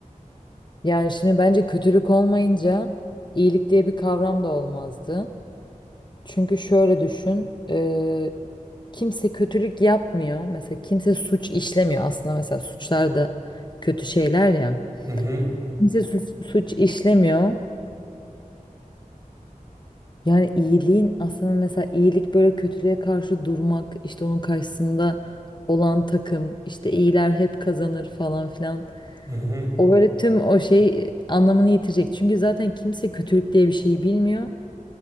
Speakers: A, on the left (about 35°); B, on the right (about 25°).
A: Yani şimdi bence kötülük olmayınca iyilik diye bir kavram da olmazdı. Çünkü şöyle düşün, e, kimse kötülük yapmıyor. Mesela kimse suç işlemiyor. Aslında mesela suçlar da kötü şeyler ya.
B: Hı hı,
A: Kimse suç, suç işlemiyor. Yani iyiliğin aslında mesela iyilik böyle kötülüğe karşı durmak işte onun karşısında olan takım işte iyiler hep kazanır falan filan.
B: hı hı.
A: O böyle tüm o şey e, anlamını yitirecek. Çünkü zaten kimse kötülük diye bir şeyi bilmiyor.